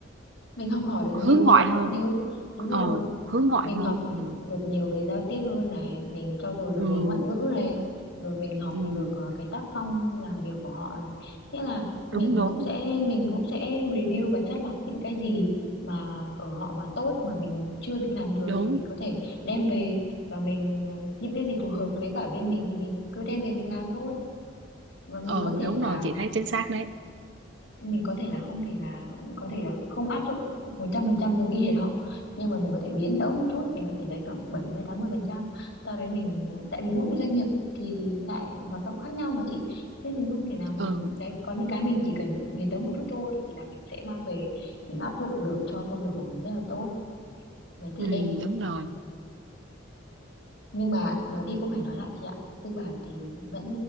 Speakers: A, on the left; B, on the right.
A: mình học hỏi được
B: hướng
A: nhiều
B: ngoại
A: chứ
B: hơn
A: nếu đúng
B: ờ
A: rồi
B: hướng ngoại
A: mình
B: hơn
A: học
B: ừ,
A: được nhiều về giao tiếp hơn này mình trau dồi được
B: ừ,
A: vốn ngoại ngữ này rồi mình học
B: ừ,
A: được ờ, cái tác phong làm việc của họ này nghĩa là mình
B: đúng đúng
A: cũng sẽ mình cũng sẽ review và chắt lọc những cái gì mà ở họ mà tốt mà mình chưa được làm được
B: đúng
A: thì mình có thể đem về và mình ờ, những cái gì phù hợp với cả bên mình thì mình cứ đem về mình làm thôi và mình
B: ừ
A: có thể
B: đúng
A: là
B: rồi chị thấy chính xác đấy
A: mình có thể là không thể là có thể là không áp dụng 100% giống y hệt họ nhưng mà mình có thể biến tấu một chút mình có thể lấy khoảng bảy mươi mươi tám mươi phần trăm sau đấy mình ờ, tại vì mỗi một doanh nghiệp thì lại hoạt động khác nhau mà chị nên mình không thể nào mà
B: ừ
A: đấy có những cái mình chỉ cần biến tấu một chút thôi thì là mình sẽ mang về mình áp dụng được cho công việc của mình rất là tốt đấy thì
B: ừ
A: em
B: đúng rồi
A: nhưng mà nói đi cũng phải nói lại chị ạ tư bản thì vẫn